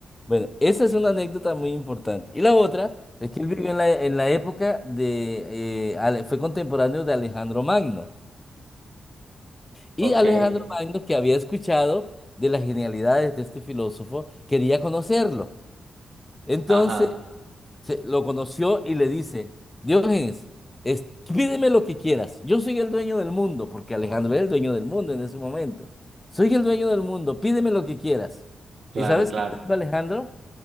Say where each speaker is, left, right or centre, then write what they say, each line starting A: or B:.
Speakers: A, on the left (about 15°); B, on the right (about 60°).
A: Bueno, esa es una anécdota muy importante. Y la otra es que él vivió en la, en la época de, eh, Ale- fue contemporáneo de Alejandro Magno. Y
B: Ok,
A: Alejandro Magno, que había escuchado de las genialidades de este filósofo, quería conocerlo. Entonces
B: ajá,
A: se- lo conoció y le dice, Diógenes, es- pídeme lo que quieras. Yo soy el dueño del mundo, porque Alejandro era el dueño del mundo en ese momento. Soy el dueño del mundo, pídeme lo que quieras.
B: claro,
A: ¿Y sabes
B: claro.
A: qué te dijo Alejandro?